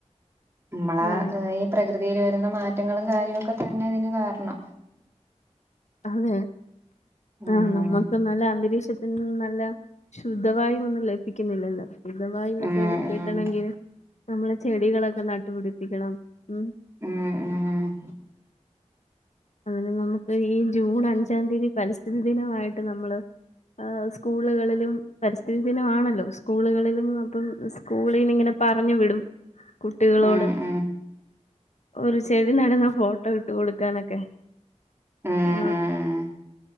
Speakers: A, on the right; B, on the left.
A: മ്മളെ
B: ആഹ്
A: ഈ പ്രകൃതിയില് വരുന്ന മാറ്റങ്ങളും കാര്യോക്കെ തന്നെ ഇതിന് കാരണം
B: അതെ
A: ഉം
B: ആ നമ്മക്ക ഇപ്പ നല്ല അന്തരീക്ഷത്തിന് നല്ല ശുദ്ധവായു വന്നില്ലേ കിന്നില്ലല്ലോ ശുദ്ധവായുവൊക്കെ
A: ഉം
B: കിട്ടണെങ്കി
A: ഉം
B: നമ്മള് ചെടികളൊക്കെ നട്ടുപിടിപ്പിക്കണം ഉം
A: ഉം ഉം
B: അങ്ങനെ നമ്മക്ക്‌ ഈ ജൂൺ അഞ്ചാം തീയതി പരിസ്ഥിതി ദിനായിട്ട് നമ്മള് ആഹ് സ്കൂളുകളിലും പരിസ്ഥിതി ദിനാണല്ലോ സ്കൂളുകളിലും പ്പം സ്കൂളിൽന്ന് ഇങ്ങനെ പറഞ്ഞു വിടും കുട്ടികളോട്
A: ഉം ഉം
B: ഒരു ചെടി നടുന്ന ഫോട്ടോ ഇട്ട് കൊടുക്കാനൊക്കെ
A: ഉം
B: ആ
A: ഉം